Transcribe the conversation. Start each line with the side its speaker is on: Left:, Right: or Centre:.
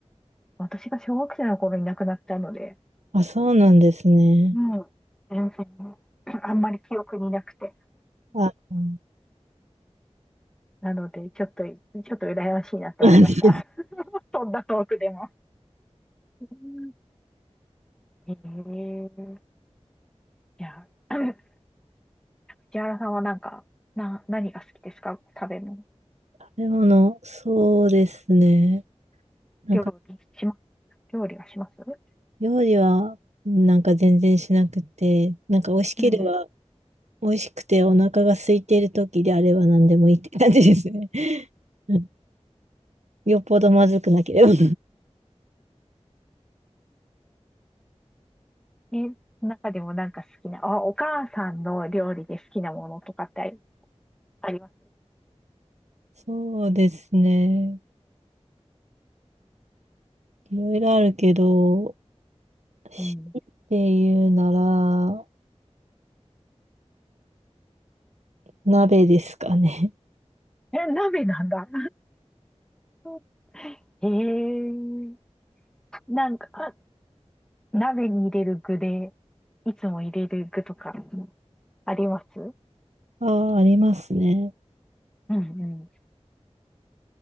Centre: 私が小学生の頃に亡くなったので、
Right: あ、そうなんですね。
Centre: もうん。全然 <clears throat> あんまり記憶になくて。
Right: あ、うん
Centre: なので、ちょっと、ちょっと羨ましいなと思いました。
Right: <laughs> 食
Centre: <laughs> そんなトークでも。うんへえ。いや、<coughs> <clears throat> 藤原さんはなんか、な、何が好きですか食べ物。
Right: べ物、そうですね。なんか、
Centre: 料理します料理はします
Right: 料理は、なんか全然しなくて、なんか美味しければ、
Centre: うんう
Right: 美味しくてお腹が空いている時であれば何でもいいって感じですね。<laughs> うんよっぽどまずくなければ。
Centre: ん。え、中でもなんか好きな、あ、お母さんの料理で好きなものとかってあります
Right: そうですね。いろいろあるけど、しっていうなら、
Centre: うん。
Right: 鍋ですかね。
Centre: え、鍋なんだ。<laughs> へえー、なんか、あ鍋に入れる具で、いつも入れる具とかあります
Right: <laughs> ああ、ありますね。
Centre: うんうん。